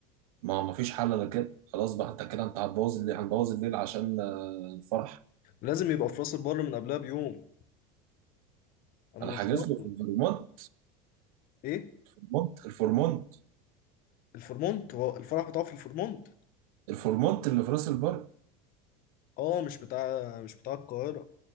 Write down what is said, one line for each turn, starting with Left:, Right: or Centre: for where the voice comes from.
Right: ما هو مفيش حل انا كده خلاص بقى انت كده انت هتبوظ الليل هنبوظ الليل عشان آه، الفرح
Left: لازم يبقى في راس البر من قبلها بيوم انا
Right: انا
Left: مش
Right: حاجز
Left: ضامن
Right: له في الفورمونت
Left: ايه
Right: الفورمونت الفورمونت
Left: الفورمونت هو الفرح بتاعه في الفورمونت
Right: الفورمونت اللي في راس البر
Left: اه مش بتاع مش بتاع القاهرة